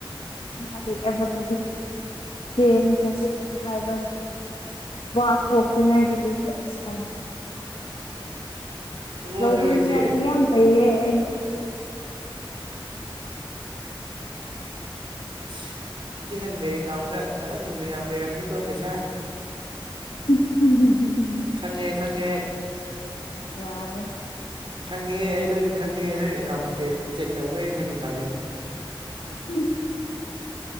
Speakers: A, on the left (about 85°); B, on the right (about 65°).
A: ꯃꯥꯗꯤ <unintelligible> ꯍꯥꯏꯕ ꯋꯥ ꯊꯣꯛꯇ꯭ꯔꯤꯉꯩꯗꯨꯗꯒꯤꯗꯤ ꯑꯁꯥꯏ
B: <unintelligible>
A: ꯂꯧꯕꯤꯅꯤ
B: ꯏꯆꯦ
A: ꯍꯥꯏꯔꯗꯤ ꯌꯥꯝ ꯐꯩꯌ <unintelligible>
B: ꯑꯁ ꯏꯆꯦ ꯅꯪ ꯕꯦꯡ ꯑꯦꯀꯥꯎꯟꯗ ꯐꯖꯅ ꯃꯌꯥꯝ ꯂꯩꯔꯝꯅꯤꯀꯣ ꯄꯩꯁꯥ ꯫
A: <unintelligible>
B: ꯈꯪꯉꯦ ꯈꯪꯉꯦ
A: ꯌꯥꯔ
B: ꯈꯪꯉꯦ ꯑꯩ ꯂꯣꯏꯅ ꯈꯪꯉꯦ ꯅꯪ ꯑꯦꯀꯥꯎꯟꯁꯦ ꯆꯦꯛ ꯇꯧꯒꯦ ꯅꯪꯒꯤ ꯕꯦꯂꯦꯟꯁ
A: <unintelligible>